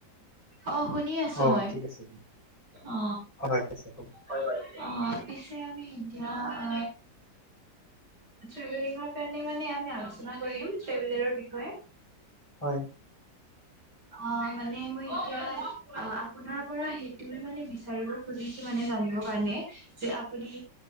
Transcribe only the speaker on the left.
অ'
ঠিক আছে দিয়ক
হয় ঠিক আছে হ'ব
হয়।